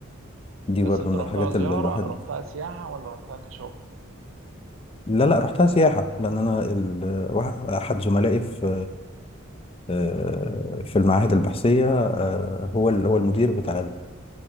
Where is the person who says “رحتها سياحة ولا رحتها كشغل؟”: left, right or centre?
Right